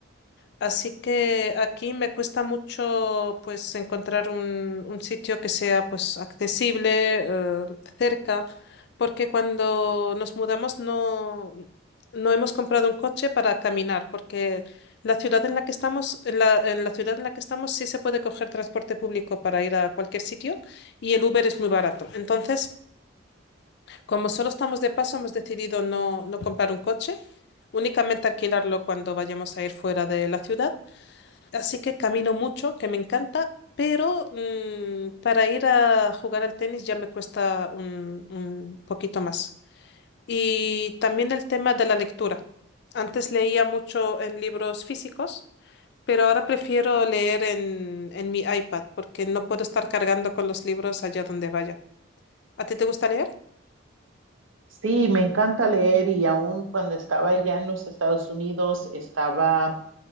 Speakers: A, on the left; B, on the right.
A: Así que aquí me cuesta mucho pues encontrar un, un sitio que sea pues accesible, eh, cerca, porque cuando nos mudamos no, no hemos comprado un coche para caminar, porque la ciudad en la que estamos, en la, en la ciudad en la que estamos sí se puede coger transporte público para ir a cualquier sitio y el Uber es muy barato. Entonces, como solo estamos de paso, hemos decidido no, no comprar un coche, únicamente alquilarlo cuando vayamos a ir fuera de la ciudad. Así que camino mucho, que me encanta, pero mm, para ir a jugar al tenis ya me cuesta un, un poquito más. Y también el tema de la lectura. Antes leía mucho en libros físicos, pero ahora prefiero leer en, en mi iPad porque no puedo estar cargando con los libros allá donde vaya. ¿A ti te gusta leer?
B: Sí, me encanta leer y aún cuando estaba allá en los Estados Unidos estaba